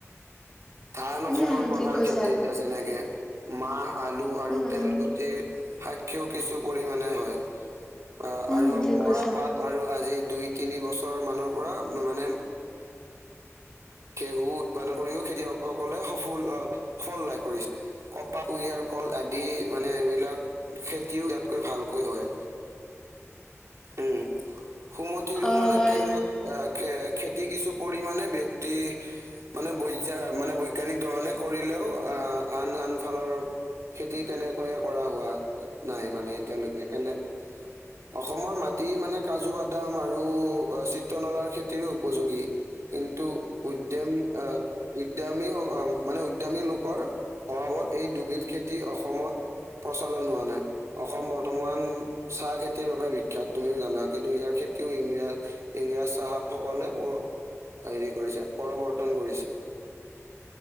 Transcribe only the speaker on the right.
ধান অসমৰ
প্ৰধান
খেতি এতিয়া যেনেকে মাহ আলু আৰু
তেল
গুটিৰ সাক্ষীও কিছু পৰিমাণে হয় আহ
আৰু
মৰা
পাট আৰু আজিৰ দুই তিনি বছৰৰ মানৰ পৰা মানে ঘেঁহু উৎপাদন কৰিও খেতিয়কসকলে সফুল অ সফল লাভ কৰিছে কপাহ, কুঁহিয়াৰ, কল আদি মানে এইবিলাক খেতিও ইয়াত কৈ ভালকৈ হয়। উম সুমঠিৰো
মানে
টেঙা খেতি কিছু পৰিমানে ব্যক্তি মানে বৈচা মানে বৈজ্ঞানিক ধৰণে কৰিলেও আহ আন আন ফালৰ খেতি তেনেকৈয়ে কৰা হোৱা নাই মানে এতিয়ালৈকে তেনে অ অসমৰ মাটি মানে কাজু বাদাম আৰু চিত্ৰনলাৰ খেতিৰো উপযোগী কিন ন্তু উদ্যম অ উদ্যামী মানে উদ্যামী লোকৰ অভাৱত এই দুবিধ খেতি অসমত প্ৰচলন হোৱা নাই অসম বৰ্তমান চাহ খেতিৰ বাবে বি খ্যাত তুমিও জানা কিন্তু ইয়াৰ খেতিও ইংৰাজ ইংৰাজ চাহাব সকলে অ হেৰি কৰিছে প্ৰৰৱৰ্তন কৰিছিল